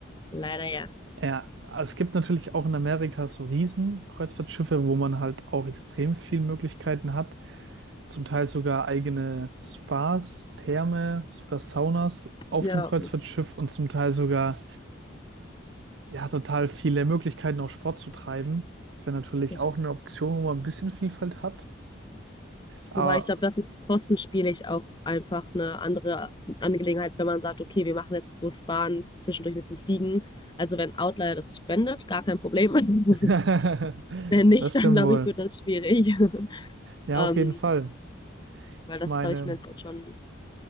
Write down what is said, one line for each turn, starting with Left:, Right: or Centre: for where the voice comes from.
Left: Leider ja.
Right: Ja, also es gibt natürlich auch in Amerika so Riesen-Kreuzfahrtschiffe, wo man halt auch extrem viele Möglichkeiten hat. Zum Teil sogar eigene Spas, Therme, sogar Saunas auf
Left: ja.
Right: dem Kreuzfahrtschiff und zum Teil sogar, ja, total viele Möglichkeiten, auch Sport zu treiben. Das wäre natürlich
Left: Das,
Right: auch eine Option, wo man ein bisschen Vielfalt hat. Aber
Left: wobei ich glaube, das ist kostenspielig auch einfach eine andere Angelegenheit, wenn man sagt, okay, wir machen jetzt Bus, Bahn, zwischendurch ein bisschen fliegen. Also wenn Outlier das spendet, gar kein Problem.
Right: <laughs>
Left: <laughs> Wenn nicht,
Right: das stimmt
Left: dann glaube
Right: wohl.
Left: ich, wird das schwierig. <laughs>
Right: Ja,
Left: Ähm,
Right: auf jeden Fall.
Left: weil
Right: Ich
Left: das,
Right: meine.
Left: glaube ich, finanziell schon,